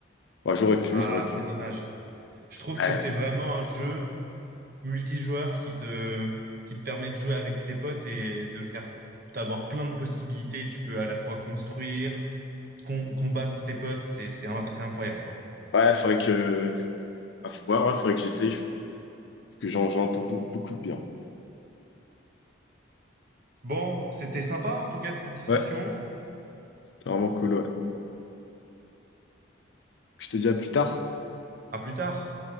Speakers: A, on the left; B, on the right.
A: ouais, j'aurais pu,
B: Ah,
A: j'aurais pu.
B: c'est dommage. Je trouve
A: Ouais,
B: que c'est vraiment un jeu multijoueur qui te, qui te permet de jouer avec tes potes et de faire, d'avoir plein de possibilités. Tu peux à la fois construire, com- combattre tes potes. C'est, c'est, un- c'est incroyable.
A: ouais, faudrait que... Ouais, ouais, ouais, faudrait que j'essaye, parce que j'en j'en entends beau- beaucoup de bien.
B: Bon, c'était sympa en tout cas cette discussion.
A: Ouais, c'était vraiment cool, ouais. Je te dis à plus tard.
B: À plus tard.